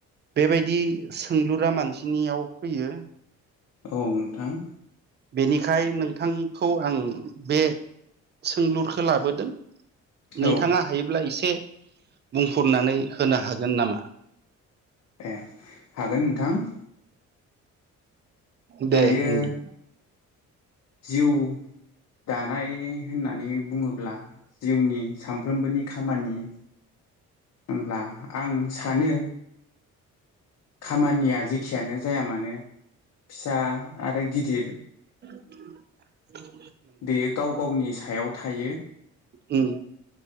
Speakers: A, on the right; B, on the left.
A: बेबायदि सोंलुरा मानसिनियाव फैयो
B: औ नोंथां
A: बेनिखाय नोंथांखौ आं बे सोंलुरखौ लाबोदों नोंथाङा
B: औ
A: हायोब्ला एसे बुंफुरनानै होनो हागोन नामा?
B: ए हागोन नोंथां।
A: दे
B: दायो
A: बुंदो
B: जिउ दानाय होननानै बुङोब्ला जिउनि सामफ्रोमबोनि खामानि होमब्ला आं सानो खामानिया जेखियानो जाया मानो फिसा आरो गिदिर
A: <inaudible>
B: बेयो गाव गावनि सायाव थायो
A: उम